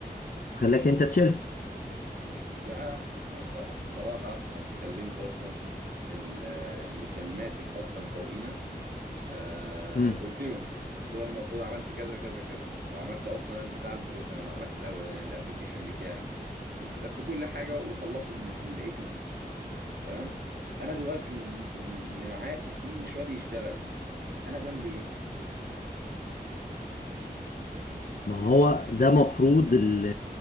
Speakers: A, on the left (about 65°); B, on the right (about 80°).
A: وخلاك انت تشيل
B: في البتاع انا ق- بصراحه رحت كلمت اصلا ال- اللي كان ماسك اصلا فوقينا آه
A: مم.
B: قلت له قلت له انا المفروض عملت كذا كذا كذا وعملت اصلا بتاع البرو... وعملت الابلكيشن بتاعي وكتبت كل حاجه وخلصت من الاي تو زي تمام انا دلوقتي الم- اللي معايا في التيم مش راضي يشتغل انا ذنبي ايه
A: ما هو ده مفروض ال-